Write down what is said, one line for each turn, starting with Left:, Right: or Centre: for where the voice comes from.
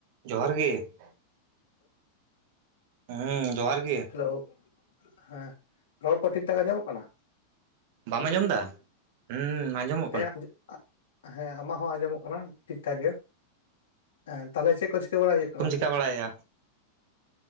Right: ᱡᱚᱦᱟᱨ ᱜᱮ ᱾ ᱦᱮᱸ ᱡᱚᱦᱟᱨ ᱜᱮ ᱾
Left: ᱦᱮᱞᱳ ᱦᱮᱸ, ᱨᱚᱲ ᱠᱚ ᱴᱷᱤᱠ ᱴᱷᱟᱠᱟ ᱧᱟᱢᱚᱜ ᱠᱟᱱᱟ?
Right: ᱵᱟᱢ ᱟᱸᱡᱚᱢ ᱫᱟ? ᱦᱩᱸ ᱟᱡᱚᱢᱚᱜ
Left: ᱦᱮᱸ ᱟᱡᱚ ᱦᱮᱸ ᱟᱢᱟᱜ ᱦᱚᱸ ᱟᱸᱡᱚᱢᱚᱜ ᱠᱟᱱᱟ ᱴᱷᱤᱠ ᱴᱷᱟᱠ ᱜᱮ᱾ ᱦᱮᱸ ᱛᱟᱦᱚᱞᱮ ᱪᱮᱫ ᱠᱚ ᱪᱤᱠᱟᱹ ᱵᱟᱲᱟ ᱦᱩᱭᱩᱜ ᱠᱟᱱᱟ?
Right: ᱪᱟ ᱵᱟᱲᱟᱭ ᱟ᱾